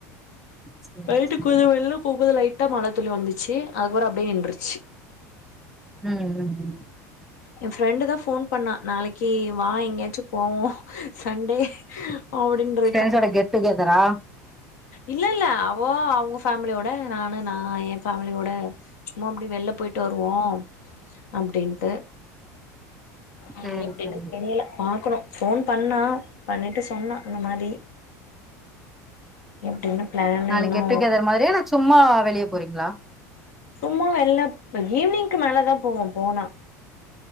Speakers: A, in the centre; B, on the left (about 80°).
A: சேரி
B: நைட்டு
A: சேரி
B: கொஞ்சோ வெள்ல போம்போது லைட்டா மழை துளி வந்துச்சி அதுக்கப்புறோ அப்டியே நின்றுச்சி
A: ம் ம் ம்
B: என் ஃப்ரெண்டு தா ஃபோன் பண்ணா நாளைக்கி வா எங்கயாச்சி போவோ சண்டே
A: <inaudible>
B: ஆவ்டின்ற
A: ஃப்ரெண்ஸ்ஸோட கெட் டு கெதரா
B: இல்ல இல்ல அவோ அவோங்க ஃபேமிலியோட நானு நா எ ஃபேமிலியோட சும்மா அப்டி வெளில போய்ட்டு வருவோ அப்டின்ட்டு
A: சேரி
B: ஆ எப்டின்னு
A: சேரி
B: தெரியல பாக்கணு ஃபோன் பண்ணா பண்ணிட்டு சொன்னா இந்த மாரி எப்டின்னு பிளான்
A: நாளைக்
B: இன்னு
A: கெட் டு கெதர் மாரியா இல்ல சும்மா வெளிய போறீங்ளா
B: சும்மா வெளிலப் ஈவ்னிங்க்கு மேல தா போவோ போனா